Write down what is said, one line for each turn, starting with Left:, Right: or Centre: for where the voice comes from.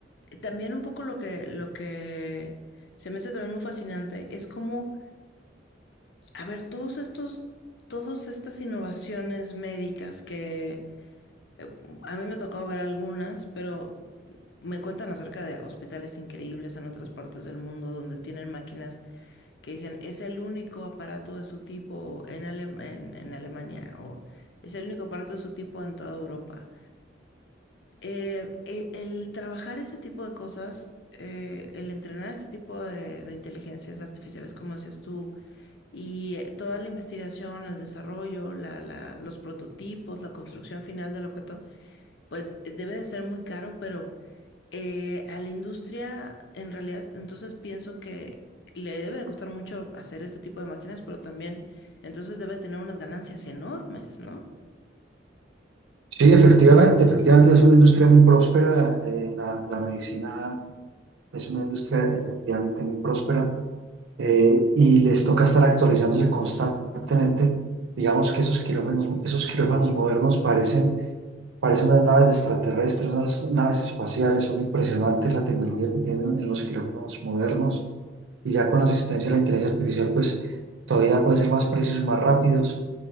Left: mm, también un poco lo que, lo que se me hace también muy fascinante es como, a ver, todos estos, todas estas innovaciones médicas que, Eh, A mí me ha tocado ver algunas, pero me cuentan acerca de hospitales increíbles en otras partes del mundo donde tienen máquinas que dicen es el único aparato de su tipo en, Ale- en, en Alemania o es el único aparato de su tipo en toda Europa. Eh, e- el trabajar ese tipo de cosas, eh, el entrenar este tipo de, de inteligencias artificiales, como decías tú, y eh, toda la investigación, el desarrollo, la- la- los prototipos, la construcción final del objeto, pues eh, debe de ser muy caro, pero eh, a la industria, en realidad, entonces pienso que le debe de costar mucho hacer este tipo de máquinas, pero también entonces debe tener unas ganancias enormes, ¿no?
Right: Sí, efectivamente, efectivamente es una industria muy próspera. eh, la, la medicina es una industria efectivamente muy próspera eh, y les toca estar actualizándose constantemente. Digamos que esos quirófanos, esos quirófanos modernos parecen, parecen unas naves de extraterrestres, unas naves espaciales. Son impresionantes la tecnología que tienen en los quirófanos modernos y ya con la asistencia de la inteligencia artificial, pues todavía pueden ser más precisos y más rápidos.